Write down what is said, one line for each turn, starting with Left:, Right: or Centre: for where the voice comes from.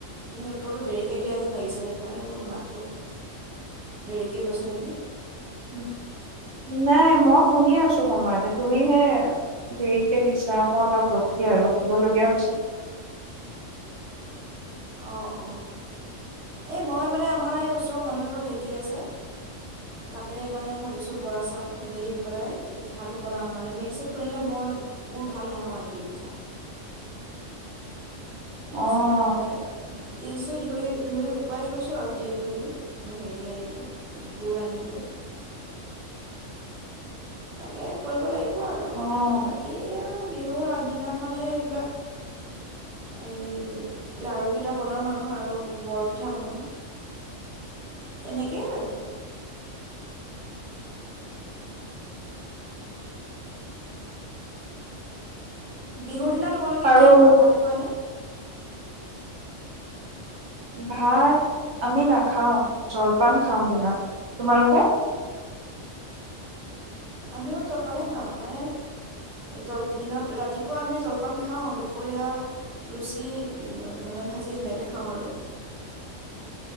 Centre: তুমি উত্তৰটো দেৰিকৈ দিয়া যেন লাগিছে, সেইকাৰণে বোলো মাতটো দেৰিকৈ গৈছে নেকি?
Right: ন-নাই, মই শুনি আছোঁ সময়তে তুমিহে দেৰিকে দিছা। মই অলপ ৰখি আৰু ৰখিবলগীয়া হৈছে।
Centre: অ' অহ। এই মই মানে আমাৰ এই ওচৰৰ মানুহ এঘৰত ঢেঁকী আছে, তাতে মানে ভাবিছোঁ, বৰা চাউল খুন্দি পেলাই পিঠাটো বনাম, মানে মিক্সিত খুন্দিলে মই, মোৰ ভাল নহয় তিল পিঠা। তাৰপিছতে
Right: অ'
Centre: তিল চিল ধুই ধুই শুকুৱাই থৈছোঁ আৰু তিল ধুই। হেৰি আনিলোঁ, গুৰ আনিলোঁ। তাকে কৰিব লাগিব আৰু।
Right: অ'।
Centre: আৰু বাকী আৰু বিহুৰ আগদিনাখনে এইবিলাক, এই লাৰুকেইটা বনাম আৰু, আৰু বৰপিঠা বনাম। তেনেকেই আৰু। বিহুৰ দিনত তোমালোকে
Right: আৰু
Centre: কি খোৱা, ভাত খোৱা নে?
Right: ভাত আমি নাখাওঁ, জলপান খাওঁ দিনত। তোমালোকে?
Centre: আমিও জলপানেই খাওঁ। মানে জল, দিনত, ৰাতিপুৱা আমি জলপান খাওঁ, দুপৰীয়া লুচি মানে ভাজি তেনেকে খাওঁ আৰু।